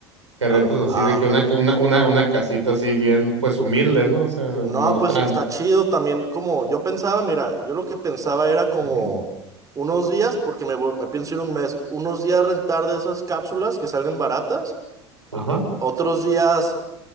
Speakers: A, on the right; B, on the right.
A: que
B: Ah,
A: rentas así,
B: ah,
A: de
B: ándale.
A: que una, ca- una, una, una casita así bien, pues humilde, ¿no? O sea,
B: No,
A: no
B: pues
A: tan.
B: está chido también. Como yo pensaba, mira, yo lo que pensaba era como
A: Ujú.
B: unos días, porque me, voy- me pienso ir un mes, unos días rentar de esas cápsulas que salen baratas,
A: Ajá.
B: otros días